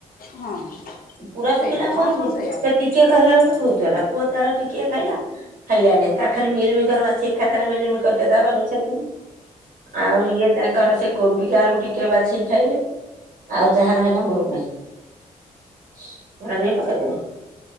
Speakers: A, on the left; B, on the right.
A: ହଁ
B: ପୁରା ଶୁଖିଲା
A: ସେଇଆ
B: କରିବୁ
A: ହଁ ହଁ
B: କି।
A: ସେଇଆ
B: ସେ ଟିକିଏ କହିଲା ବେଳ ବି ବହୁତ ଗଲା ପୁଅ ତାର ଟିକଏ ଖାଇଲା ଖାଇଲାନି ତାର ଖାଲି ମିଲ ମିକର ବାଛି ଖାଇ ଥିଲା ମିଲମିକର ଟେ ତା ପାଇଁ। ଆଉ ଇଏ ତାଙ୍କର ସେ କୋବିକି ଆ କୁ କୁ ଟିକେ ବାଛକି ଖାଇଲେ। ଆଉ ଯାହା ରହିଲା ମୋ ପାଇଁ ସେରାନେଇକି ପକିଦେନି।